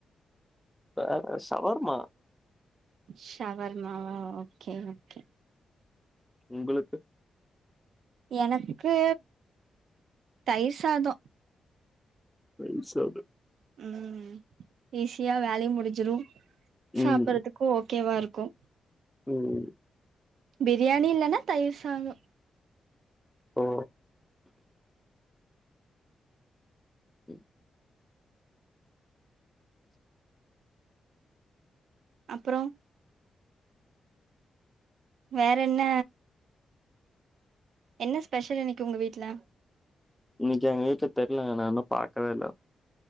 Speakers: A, in the centre; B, on the right.
A: வேற சவர்மா
B: ஷவர்மாவா ஓகே ஓகே
A: உங்களுக்கு
B: எனக்கு தயிர் சாதம்
A: தயிர் சாதம்
B: ம் ஈஸியா வேலையு முடிஞ்சிரும் சாப்பிறதுக்கு
A: ம்
B: ஒ ஓக்கேவா இருக்கும்
A: ம்
B: பிரியானி இல்லன்னா தயிர் சாதம்
A: ஓ ம்
B: அப்றோ வேற என்ன என்ன ஸ்பெஷல் இன்னைக்கி உங்க வீட்ல
A: இன்னைக்கா, எங்க வீட்ல தெர்லங்க நா இன்னு பாக்கவே இல்ல